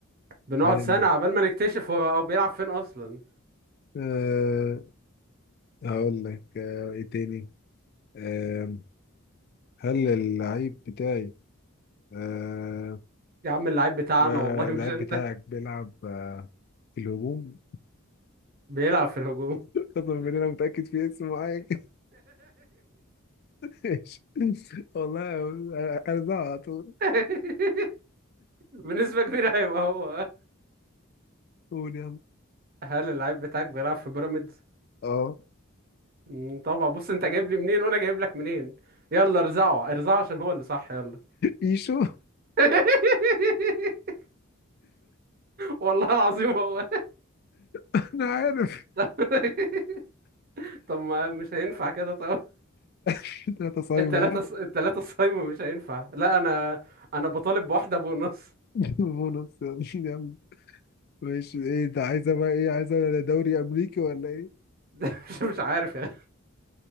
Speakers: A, on the right (about 45°); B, on the left (about 50°).
A: بنقعد
B: هل
A: سنه عبال ما نكتشف هو هو بيلعب فين اصلا
B: أه هقول لك أه ايه تاني أه هل اللعيب بتاعي أه
A: يا عم اللعيب بتاعنا
B: أه
A: والله مش
B: اللعيب
A: انت
B: بتاعك بيلعب أه في الهجوم
A: بيلعب في الهجوم
B: <laughs> قسما بالله انا متأكد في اسم معين كده. ماشي. <laughs> والله انا أنا زعل على طول
A: <laughs> بنسبة كبيرة هيبقى هو
B: قول يلا
A: هل اللعيب بتاعك بيلعب في بيراميدز؟
B: اه
A: مم، طبعا بص انت جايب لي منين وانا جايب لك منين يلا ارزعه ارزعه عشان هو اللي صح يلا
B: ايشو <laughs>
A: <laughs> والله العظيم هو
B: انا عارف
A: <laughs> طب ما مش هينفع كده طب
B: <laughs> ثلاثة صايمة
A: التلاتة
B: ها؟
A: التلاتة الصايمة مش هينفع لا انا انا بطالب بواحدة بونص
B: <laughs> بونص يلا ماشي ايه انت عايزة بقى ايه عايزة دوري امريكي ولا ايه
A: <laughs> ده مش مش عارف يعني